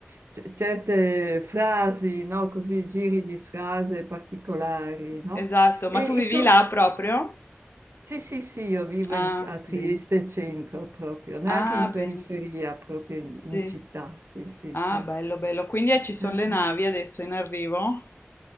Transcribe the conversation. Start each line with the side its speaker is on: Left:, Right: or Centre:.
Right: c- certe frasi, no? Così, giri di frase particolari, no?
Left: Esatto,
Right: E,
Left: ma tu vivi
Right: e co-
Left: là proprio?
Right: Sì, sì, sì, io vivo
Left: Ah,
Right: in- a Trieste
Left: bene.
Right: centro proprio, neanche
Left: Ah,
Right: in periferia,
Left: bene.
Right: proprio in,
Left: Sì.
Right: in città, sì, sì,
Left: Ah,
Right: sì.
Left: bello, bello. Quindi eh, ci sono
Right: Eh,
Left: le navi
Right: eh.
Left: adesso in arrivo?